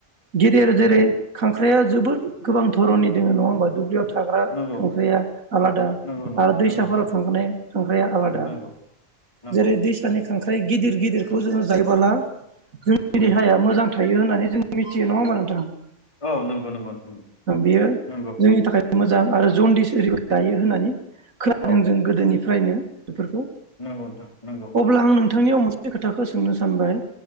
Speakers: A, on the right; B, on the left.
A: गेदेर
B: नंगौ
A: जेरै
B: नंगौ
A: खांखा फ्राया जोबोद गोबां दरननि दङ नङा होमा दुब्लियाव थाग्रा
B: नंगौ
A: खांख्रिइया आलादा
B: नंगौ
A: आरो
B: नोंथां
A: दैसाफोराव
B: नंगौ नंगौ
A: थांनाय खांख्राइया आलादा
B: नंगौ नंगौ
A: जेरै दैसानि खांख्राइ गिदिर गिदिरखौ जोङो जायोबोला जोंनि
B: उम
A: देहाया मोजां थायो होननानै जों मिथियो नङा होमबा नोंथां।
B: औ नंगौ नंगौ नोंथां
A: बेयो
B: नंगौ
A: जोंनि थाखाय मोजां आरो जन्दिस ओरैबायदि गायो होननानै खोनादों
B: औ
A: जों गोदोनि फ्रायनो बेफोरखौ
B: नंगौ नोंथां नंगौ
A: अब्ला आं नों नोंथांनियाव मोनसे खोथाखौ सोंनो सानबाय